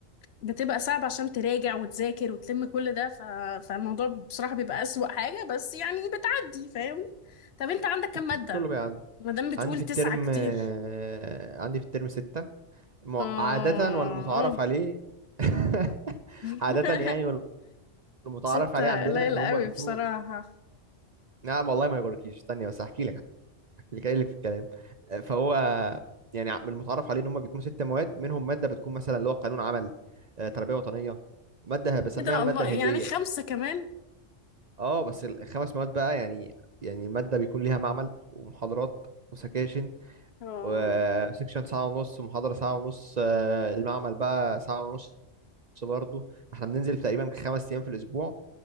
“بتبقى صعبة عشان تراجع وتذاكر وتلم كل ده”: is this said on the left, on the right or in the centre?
Left